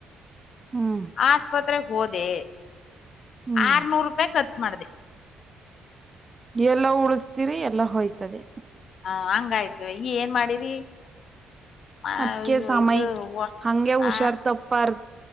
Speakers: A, on the right; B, on the left.
A: ಹ್ಮ್
B: ಆಸ್ಪತ್ರೆಗ್ ಹೋದೆ
A: ಹ್ಮ್
B: ಆರ್ನೂರು ರೂಪಾಯಿ ಖರ್ಚ ಮಾಡ್ದ
A: ಎಲ್ಲ ಉಳಸ್ತೀರಿ ಎಲ್ಲ ಹೋಯ್ತದೆ
B: ಹ ಹಂಗಯ್ತು ಈ ಏನ್ ಮಾಡಿರಿ ಆ,
A: ಅದಕೆ
B: ಅಯ್ಯೋ,
A: ಸಾಮಯಕ್
B: ಇದು ವ-
A: ಹಂಗೆ ಹುಷಾರ್
B: ಆ
A: ತಪ್ಪಾರ್